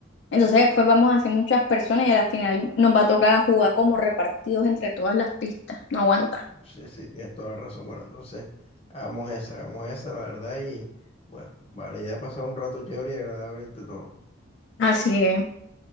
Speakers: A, on the left (about 55°); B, on the left (about 30°).
A: Entonces después vamos a ser muchas personas y a la final nos va a tocar jugar como repartidos entre todas las pistas. No aguanta.
B: Sí, sí, tienes toda la razón. Bueno, entonces, hagamos esa, hagamos esa, la verdad, y bueno, vale, idea es pasar un rato chévere y agradable entre todos.
A: Así es.